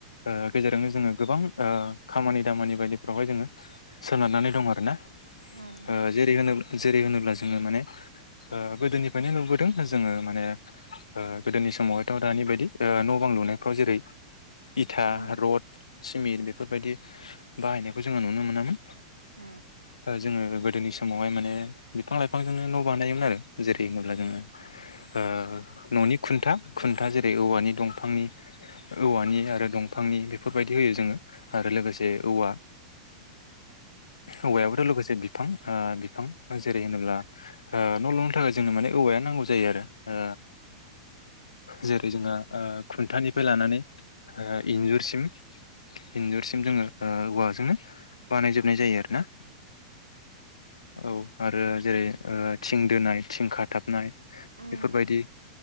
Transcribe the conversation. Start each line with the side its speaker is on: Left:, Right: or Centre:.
Left: ओ-गेजेरजोंनो जोङो ओ-गोबां खामानि दामानि बायदिफ्रावहाय जोङो। सोनारनानै दं आरो ना
Right: उम
Left: ओ- जेरै होनोब् जेरै होनोब्ला जोङो माने ओ-गोदोनिफ्रायनो नुबोदों जोङो माने ओ- गोदोनि। नि समावहायथ' दानि बायदि ओ-न' बां लुनायफ्राव जेरै इथा
Right: उम
Left: रड सिमेन्ट बेफोरबायदि बाहायनायखौ जोङो नुनो। मोनामोन
Right: उम
Left: जोङो गोदोनि समावहाय माने बिफां लाइफांजोंनो न' बानायोमोन आरो जेरै होनोब्ला जोङो ओ- न'नि खुन्था। खुन्था जेरै औवानि दंफांनि औवानि
Right: औ
Left: आरो दंफांनि बेफोरबायदि होयो जोङो। आरो लोगोसे औवा।
Right: <inaudible> <unintelligible>
Left: औवायाबोथ' लोगोसे बिफां ओ- बिफां जेरै होनोब्ला ओ- न' लुनो थाखाय जोंनो माने औवाया। नांगौ जायो आरो ओ जेरै जोंहा खुन्थानिफ्राय लानानै इन्जुरसिम इन्जरसिम जोङो औवाजोंनो बानायजोबनाय जायो आरू ना औ आरो जेरै थिं दोनाय थिं खाथाबनाय बे बेफोरबायदि
Right: उम